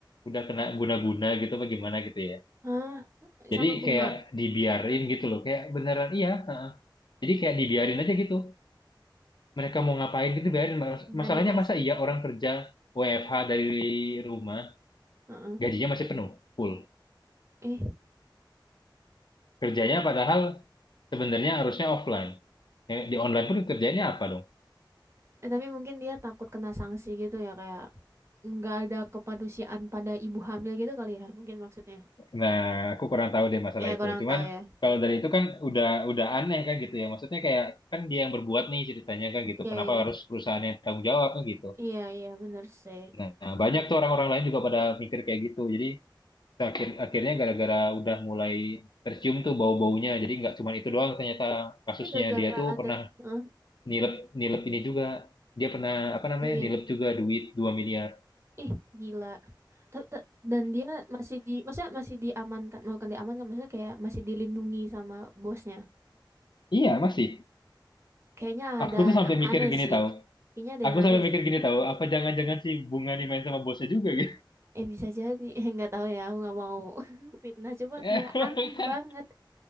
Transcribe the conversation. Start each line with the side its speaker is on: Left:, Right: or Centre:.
Left: udah kena guna-guna gitu bagaimana gitu ya.
Right: Hah?
Left: Jadi
Right: Sama Bunga?
Left: kayak dibiarin gitu loh, kayak beneran iya. heeh. Jadi kayak dibiarin aja gitu. mereka mau ngapain gitu biarin Mas-
Right: Nggak
Left: masalahnya
Right: dikasih.
Left: masa iya orang kerja WFH dari rumah
Right: Heeh.
Left: gajinya masih penuh full
Right: Eh,
Left: kerjanya padahal sebenarnya harusnya offline Ya, di online pun kerjanya apa dong
Right: Eh, tapi mungkin dia takut kena sanksi gitu ya kayak nggak ada kepedulian pada ibu hamil gitu kali ya mungkin maksudnya.
Left: nah aku kurang tahu deh masalah
Right: Ya
Left: itu
Right: kurang
Left: cuman
Right: tahu ya.
Left: kalau dari itu kan udah udah aneh kan gitu ya maksudnya kayak kan dia yang berbuat nih ceritanya kan gitu
Right: Iya
Left: kenapa
Right: iya
Left: harus perusahaan yang tanggung jawab kan gitu
Right: iya iya bener sih.
Left: nah banyak
Right: Heeh.
Left: tuh orang-orang lain juga pada mikir kayak gitu jadi akhir akhirnya gara-gara udah mulai tercium tuh bau-baunya jadi nggak cuma itu doang ternyata kasusnya
Right: Tapi gara-gara
Left: dia tuh
Right: ada
Left: pernah
Right: heeh,
Left: nilep nilep ini juga dia pernah apa namanya
Right: duit,
Left: nilep juga duit dua miliar
Right: ih gila. Ta- ta- Dan dia masih di, masa masih diamankan, bukan diamankan, maksudnya kayak masih dilindungi sama bosnya.
Left: iya masih
Right: Kayaknya
Left: aku
Right: ada
Left: tuh sampai
Right: yang
Left: mikir
Right: aneh
Left: gini
Right: sih.
Left: tahu
Right: Kayaknya ada
Left: aku
Right: yang aneh
Left: sampai mikir
Right: sih.
Left: gini tahu apa jangan-jangan si bunga ini main sama bosnya juga gitu
Right: Eh bisa jadi, <laughs> eh nggak tahu ya, aku nggak mau <laughs> fitnah. Cuma
Left: <laughs>
Right: kayak aneh
Left: kan
Right: banget.